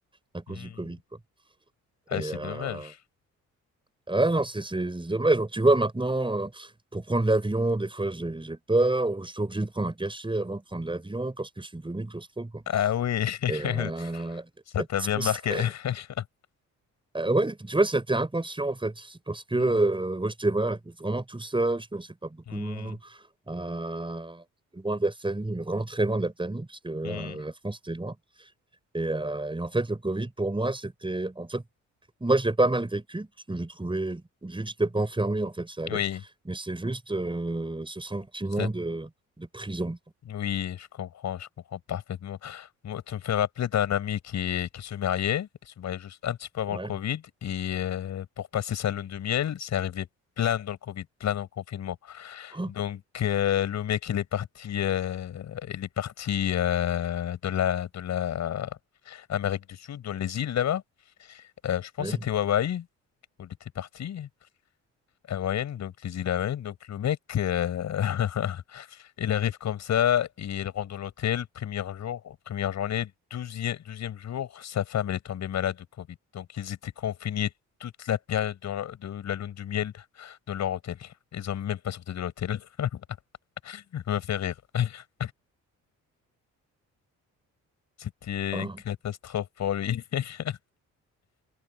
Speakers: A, on the right (about 15°); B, on the left (about 65°).
A: à cause
B: Hmm.
A: du Covid, quoi.
B: Ah,
A: Et,
B: c'est
A: euh,
B: dommage.
A: Ah ouais, non, c'est c'est- c'est dommage. Donc, tu vois, maintenant, euh, pour prendre l'avion, des fois, j'ai j'ai peur, ou je suis obligé de prendre un cachet avant de prendre l'avion parce que je suis devenu claustro, quoi.
B: Ah oui, <laughs>
A: Et euh,
B: ça
A: <laughs>
B: t'a bien marqué. <laughs>
A: euh, ouais, tu vois, c'était inconscient, en fait, C'est parce que
B: Hmm,
A: euh, moi, j'étais voilà, vraiment tout seul, je connaissais pas beaucoup
B: hmm,
A: de monde, euh, loin de la famille, mais vraiment très loin de la famille, parce que là,
B: hmm.
A: la France était loin. Et, euh, et en fait, le Covid, pour moi, c'était... En fait, Moi, je l'ai pas mal vécu, parce que je trouvais, vu que je n'étais pas enfermé, en fait, ça allait.
B: Oui,
A: Mais c'est juste euh, ce sentiment
B: c'est-
A: de, de prison.
B: oui, je comprends, je comprends parfaitement. Moi, tu me fais rappeler d'un ami qui, qui se mariait, il se mariait juste un petit peu avant
A: Ouais.
B: le Covid, et euh, pour passer sa lune de miel, c'est arrivé plein dans le Covid, plein dans le confinement.
A: Oh,
B: Donc euh, le mec, il est parti, euh, il est parti euh, de la, de la Amérique du Sud, dans les îles là-bas. Euh, je pense
A: Oui.
B: que c'était Hawaï. où il était parti, à donc les îles Hawaïennes. Donc le mec, euh, <laughs> il arrive comme ça et il rentre dans l'hôtel, premier jour, première journée, douzième, douzième jour, sa femme, elle est tombée malade de Covid. Donc ils étaient confinés toute la période dans la- de la lune de miel dans leur hôtel. Ils ont même pas sorti de l'hôtel. <laughs> Ça m'a fait rire. <laughs> C'était
A: Ah.
B: une catastrophe pour lui. <laughs>